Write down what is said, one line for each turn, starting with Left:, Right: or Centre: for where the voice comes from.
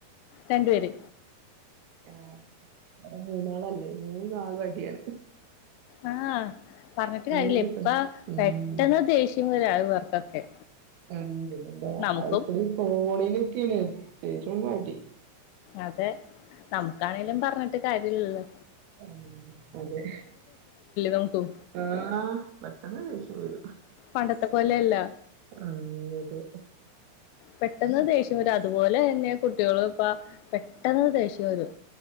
Left: രണ്ടു പേര്
Right: ആഹ് മൂന്നാളല്ലേ മൂന്നാളും അടിയാണ്
Left: ആഹ് പറഞ്ഞിട്ട് കാര്യല്ലാ
Right: ഏത്
Left: ഇപ്പ
Right: സം ഉം
Left: പെട്ടന്ന് ദേഷ്യം <unintelligible> ഇവർക്കൊക്കെ
Right: <unintelligible> എന്താ
Left: നമുക്കും
Right: അയ്കൂടി ഫോണി ഡി ക്ക്ണ് വെറും മടി
Left: അതെ നമുക്കാണേലും പറഞ്ഞിട്ട് കാര്യഇല്ലല്ലോ
Right: ഉം അതെ
Left: നമുക്കും
Right: ആഹ് പെട്ടന്ന് ദേഷ്യം വരും
Left: പണ്ടത്തെ പോലെയല്ല
Right: അങ്ങോട്ട്
Left: പെട്ടന്ന് ദേഷ്യം വരും അതുപോലെ തന്നെ കുട്ടികളും ഇപ്പ പെട്ടന്ന് ദേഷ്യം വരും